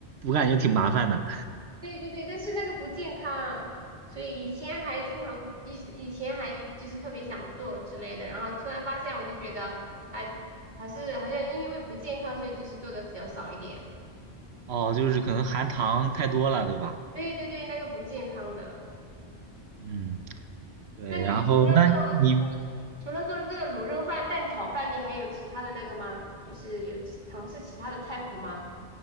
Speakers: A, on the right; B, on the right.
A: 我感觉挺麻烦的，
B: 对对对，但是那个不健康，所以以前还经常，以以前还就是特别想做之类的，然后突然发现，我就觉得还还是好像因为不健康，所以就是做的比较少一点。
A: 哦，就是可能含糖太多了，对吧？
B: 对对对，那个不健康的。
A: 嗯，对，
B: 那你除了做你除了做这个卤肉饭、
A: 然后那你。
B: 蛋炒饭，你还有其他的那个吗？就是有其尝试其他的菜谱吗？